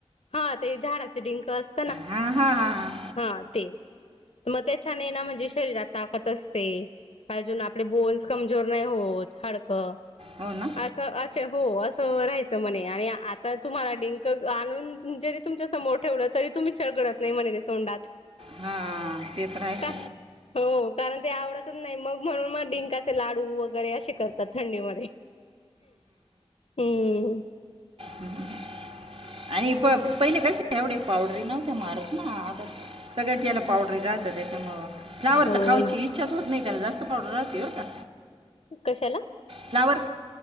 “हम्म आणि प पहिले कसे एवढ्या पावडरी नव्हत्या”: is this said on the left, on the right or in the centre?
Right